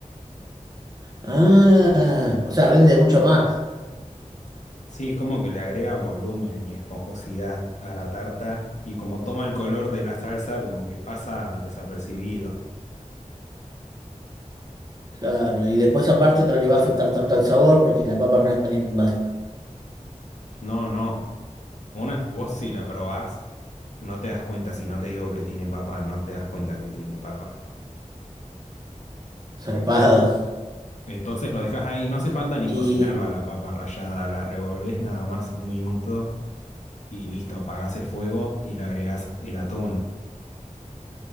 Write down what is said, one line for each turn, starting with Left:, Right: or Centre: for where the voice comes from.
Right: Ah, o sea, rinde mucho más.
Left: Sí, es como que le agrega volumen y esponjosidad a la tarta y como toma el color de la salsa como que pasa desapercibido.
Right: Claro, y después aparte no le va a afectar tanto al sabor porque la papa no es tan invasiva.
Left: No, no, una, vos si la probás no te das cuenta, si no te digo que tiene papa, no te das cuenta que tiene papa.
Right: Zarpado.
Left: Entonces lo dejas ahí, no hace falta ni
Right: ¿Y
Left: cocinarla la papa rallada, la revolvés nada más un minuto y listo, apagás el fuego y le agregás el atún.